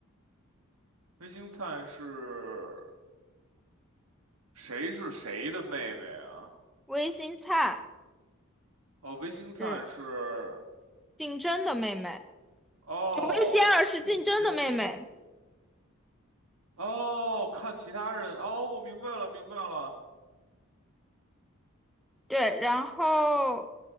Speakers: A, on the right; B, in the centre.
A: 魏星灿是谁是谁的妹妹啊？
B: 魏新灿
A: 哦，魏星灿是
B: 是竞争的妹妹，
A: 哦，
B: 就魏仙儿是竞争的妹妹。
A: 竞争哦，看其他人哦，我明白了，明白了，
B: 对，然后